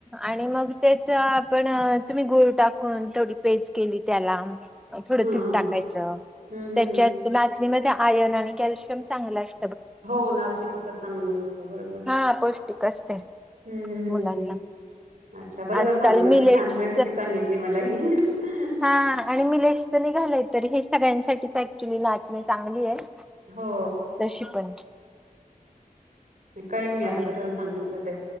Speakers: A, in the centre; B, on the right.
A: आणि मग तेच्या पण तुम्ही गुळ टाकून थोडी पेज केली त्याला अ थोडं
B: हा हा
A: तूप टाकायचं
B: हम्म हम्म
A: त्याच्यात
B: हम्म
A: लाचणीचा आयरन आणि कॅल्शियम चांगलं अस
B: हो नाचणी खूपच चांगली असते बरोबर.
A: हा पौष्टिक असते
B: हम् हम् हम्
A: मुलांना
B: अच्छा बरोबर
A: आजकाल
B: सांगितता
A: मिलेट्स
B: तुम्ही छान रेसिपी सांगितली मला हि हि हि.
A: हा आणि मिलेटस निघालय तर हे सगळ्यांसाठी तर तुली नाचणी चांगली आहे.
B: हो
A: तशी पण.
B: मी करेन मी आता
A: हम्म
B: बद्दल सांगितलं ते.